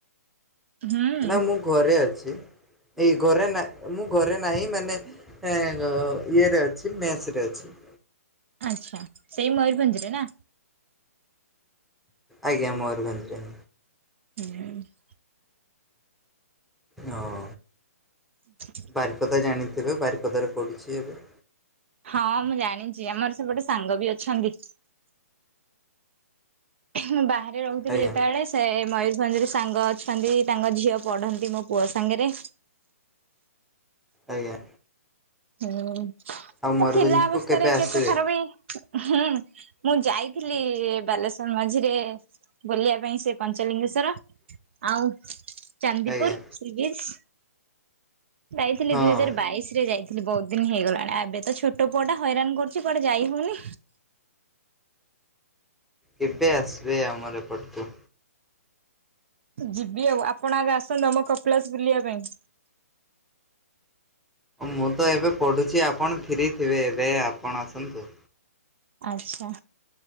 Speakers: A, on the right; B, in the centre.
A: ହୁଁ
B: ନା ମୁଁ ଘରେ ଅଛି। ଏଇ ଘରେ ନା ମୁଁ ଘରେ ନାହିଁ ମାନେ ହଁ ଇଏ ରେ ଅଛି ମେସ ରେ ଅଛି।
A: ଆଚ୍ଛା ସେଇ ମୟୂରଭଞ୍ଜ ରେ ନା?
B: ଆଜ୍ଞା ମୟୂରଭଞ୍ଜ ରେ।
A: ହ <inaudible>
B: ହଁ।
A: ହ <inaudible>
B: ବାରିପଦା ଜାଣିଥିବେ ବାରିପଦାରେ ପଡ଼ୁଛି ଏବେ।
A: ହଁ ମୁଁ ଜାଣିଛି ଆମର ସେପଟେ ସାଙ୍ଗ ବି ଅଛନ୍ତି। ମୁଁ ବାହାରେ ରହୁଥିଲି
B: ଆଜ୍ଞା
A: ଯେତେବେଳେ ସେ ମୟୂରଭଞ୍ଜ ରେ ସାଙ୍ଗ ଅଛନ୍ତି ତାଙ୍କ ଝିଅ ପଢନ୍ତି ମୋ ପୁଅ ସାଙ୍ଗରେ।
B: ଆଜ୍ଞା।
A: ହୁଁ,
B: ଆଉ ମୟୂରଭଞ୍ଜକୁ
A: ଥିଲା ଅବସ୍ଥାରେ
B: କେବେ ଆସିବେ
A: କେତେ ଥର ବି ହୁଁ ମୁଁ ଯାଇଥିଲି ବାଲେଶ୍ଵର ମଝିରେ ବୁଲିବା ପାଇଁ ସେ ପଞ୍ଚଲିଙ୍ଗେଶ୍ଵର ଆଉ ଚାନ୍ଦିପୁର
B: ଆଜ୍ଞା
A: ସି ବିଚ୍। ଯାଇଥିଲି
B: ହଁ
A: ଦୁଇ ହଜାର ବାଇଶ ରେ ଯାଇଥିଲଥିଲେ। ଥିଲି ବହୁତ ଦିନ ହେଇଗଲାଣି ଏବେ ତ ଛୋଟ ପୁଅ ଟା ହଇରାଣ କରୁଛି କୁଆଡେ ଯାଇ ହଉନି।
B: କେବେ ଆସିବେ ଆମର ଏପଟକୁ?
A: ଯିବି ଆଉ ଆପଣ ଆଗେ ଆସନ୍ତୁ ଆମ କପଳାସ ବୁଲିବା ପାଇଁ।
B: ମୁଁ ତ ଏବେ ପଢ଼ୁଚି ଆପଣ ଫ୍ରି ଥିବେ ଏବେ ଆପଣ ଆସନ୍ତୁ।
A: ଆଚ୍ଛା